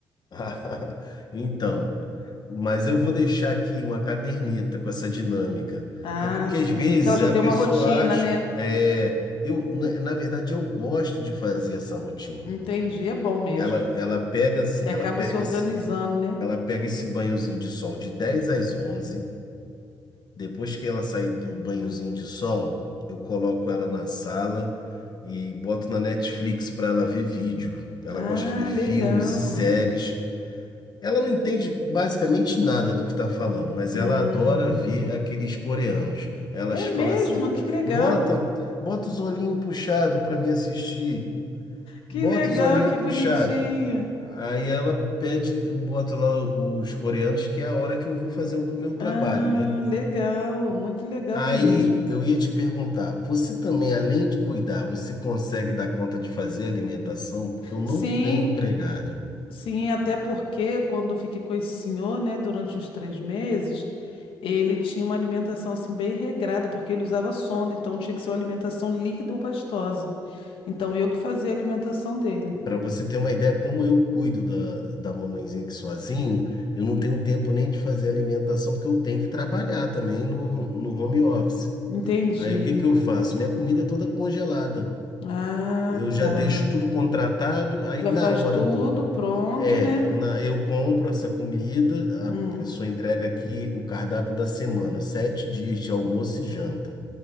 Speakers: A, on the left (about 50°); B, on the left (about 75°).
A: <laughs> Então, mas eu vou deixar aqui uma caderneta com essa dinâmica.
B: Ah,
A: É porque
B: sim,
A: às vezes
B: porque ela já
A: a
B: tem
A: pessoa
B: uma rotina,
A: acha,
B: né?
A: é, eu, na na verdade, eu gosto de fazer essa rotina.
B: Entendi, é bom mesmo.
A: Ela, ela pega assim,
B: Que acaba
A: ela pega
B: se organizando,
A: esse,
B: né?
A: ela pega esse banhozinho de sol de 10 às onze Depois que ela sair do banhozinho de sol, eu coloco ela na sala e boto na Netflix para ela ver vídeo. Ela
B: Ah,
A: gosta de ver filmes
B: legal.
A: e séries. Ela não entende basicamente nada do que tá falando, mas
B: Hum.
A: ela adora ver aqueles coreanos. Elas
B: É
A: falam
B: mesmo?
A: assim:
B: Que legal.
A: "Bota, bota os olhinhos puxado para me assistir.
B: Que
A: Bota
B: legal,
A: os olhinhos
B: que
A: puxado.
B: bonitinho.
A: Aí ela pede, eu boto lá os coreanos, que é a hora que eu vou fazer o meu trabalho,
B: Ah,
A: né?
B: legal, muito legal
A: Aí
B: mesmo.
A: eu ia te perguntar, você também, além de cuidar, você consegue dar conta de fazer alimentação? Porque eu não
B: Sim,
A: tenho empregado.
B: sim, até porque quando eu fiquei com esse senhor, né, durante uns três meses, ele tinha uma alimentação assim bem regrada, porque ele usava sonda, então tinha que ser uma alimentação líquida ou pastosa. Então eu que fazia a alimentação dele.
A: Para você ter uma ideia, como eu cuido da, da mamãezinha aqui sozinho, eu não tenho tempo nem de fazer alimentação, porque eu tenho que trabalhar também no, no home office.
B: Entendi.
A: Aí o que que eu faço? Minha comida é toda congelada.
B: Ah,
A: Eu já
B: tá.
A: deixo tudo contratado, aí
B: Já
A: na
B: faz
A: hora
B: tudo
A: do.
B: pronto,
A: É,
B: né?
A: na- eu compro essa comida,
B: Hum.
A: a pessoa entrega aqui o cardápio da semana, sete dias de almoço e janta.